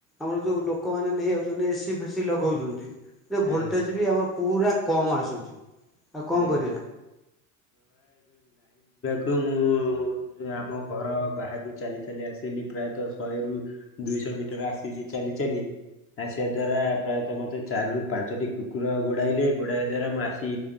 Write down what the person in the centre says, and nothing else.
ଆମର ଯେଉଁ ଲୋକମାନେ ନେଇଯାଉଚନ୍ତି ଏସିି ଫେସି ଲଗୋଉଚନ୍ତି। ଏ ଭୋଲଟେଜ
ବି ଆମ ପୁରା କମ ଆସୁଛି। ଆଉ କଣ
କରିବା